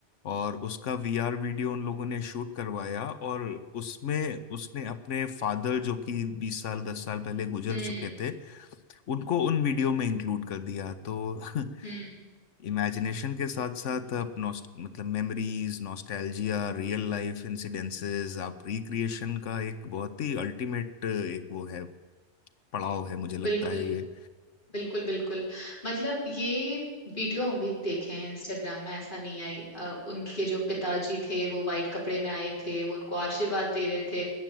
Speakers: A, on the left (about 80°); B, on the left (about 45°).
A: और उसका वीआर वीडियो उन लोगों ने शूट करवाया और उसमें उसने अपने फादर जो कि बीस साल दस साल पहले गुजर
B: हम्म
A: चुके थे उनको उन वीडियो में इंक्लूड कर दिया तो <laughs>
B: हम्म
A: इमेजिनेशन के साथ साथ आप नॉस्ट मतलब memories nostalgia real life incidences आप रिक्रिएशन का एक बहुत ही अल्टीमेट एक वो है पड़ाव है मुझे लगता
B: बिल्कुल
A: है ये
B: बिल्कुल बिल्कुल मतलब ये वीडियो हम भी देखे हैं इंस्टाग्राम में ऐसा नहीं आई अ, उनके जो पिताजी थे वो वाइट कपड़े में आए थे वो उनको आशीर्वाद दे रहे थे